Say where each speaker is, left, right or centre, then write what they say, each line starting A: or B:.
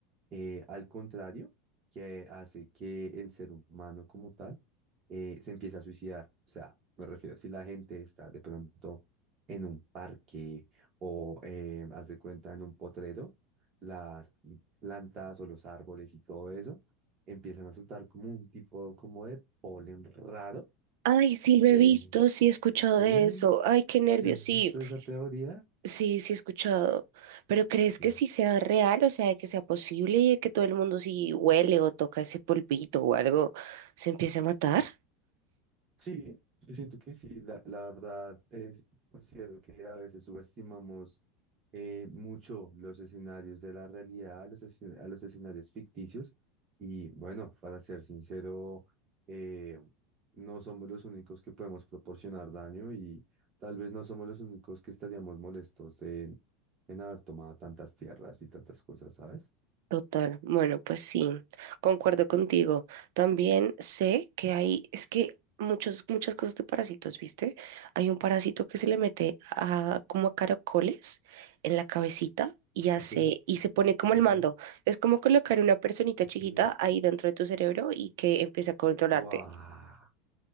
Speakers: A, on the right; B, on the right.
A: eh, al contrario, que hace que el ser humano como tal eh, se empiece a suicidar. O sea, me refiero, si la gente está de pronto en un parque o eh, haz de cuenta en un potrero, las plantas o los árboles y todo eso empiezan a soltar como un tipo como de polen raro.
B: Ay, sí, lo he
A: Eh,
B: visto, sí he escuchado
A: sí,
B: de eso. Ay, qué nervios,
A: si has
B: sí,
A: visto esa teoría?
B: sí, sí he escuchado. Pero ¿crees
A: que
B: que sí sea real? O sea,
A: pues,
B: que sea posible y que todo el mundo si huele o toca ese polvito o algo, se empiece a matar.
A: Sí, yo siento que sí, la, la verdad es, considero que a veces subestimamos eh, mucho los escenarios de la realidad a los, escen- a los escenarios ficticios y bueno, para ser sincero, eh, no somos los únicos que podemos proporcionar daño y tal vez no somos los únicos que estaríamos molestos en, en haber tomado tantas tierras y tantas cosas, ¿sabes?
B: Total, bueno, pues sí, concuerdo contigo. También sé que hay, es que muchos, muchas cosas de parásitos, ¿viste? Hay un parásito que se le mete a, como a caracoles en la cabecita y hace,
A: ¿Por qué?
B: y se pone como
A: ¿Por
B: el mando.
A: qué?
B: Es como colocar una personita
A: ¿Por
B: chiquita
A: qué?
B: ahí dentro de tu cerebro y que empieza a controlarte.
A: ¡Wow!